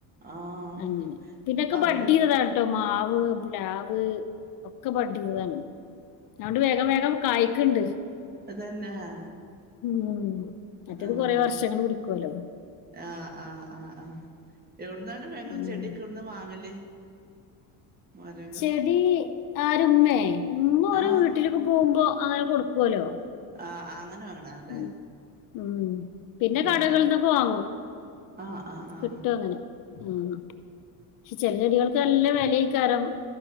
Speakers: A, on the right; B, on the left.
A: ആഹ്
B: അങ്ങനെ പിന്നൊക്കെ
A: അവര്
B: ബഡ്ചെയ്താട്ടോ മാവ്, പ്ലാവ് ഒക്കെ ബഡ് ചെയ്തതാണ്. അതുകൊണ്ട് വേഗം വേഗം കായ്കണണ്ട്.
A: അതുതന്നെ ആ
B: ഉം മറ്റേത്
A: ആ
B: കൊറേ
A: ആ
B: വർഷങ്ങള് പിടിക്കുവല്ലോ
A: ആ ആ ആ ആ എവിടുന്നാണ് വെങ്ങ
B: ഉം
A: ചെടിയൊക്കെ എവിടുന്നാ വാങ്ങല്? മരങ്ങ
B: ചെടി ആരുമ്മേ ഉമ്മ ഒരു
A: ആഹ്
B: വീട്ടിലേക്ക് പോകുമ്പോ അങ്ങനെ കൊടുക്കുവല്ലോ.
A: ആ അങ്ങനെ വങ്ങണ അല്ലേ
B: ഉം ഉം പിന്നെ
A: ഉം
B: കടകൾന്നൊക്കെ
A: ഉം
B: വാങ്ങും
A: ആഹ് ആഹ് ആഹ്
B: കിട്ടും അങ്ങനെ. ഉം പക്ഷെ ചെില ചെടികൾക്ക് നല്ല വില കാരം